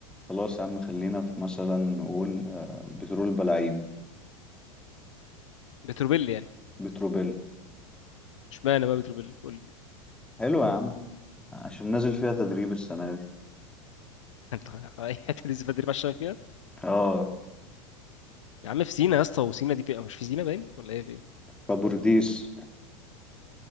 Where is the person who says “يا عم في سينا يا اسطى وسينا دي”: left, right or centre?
Left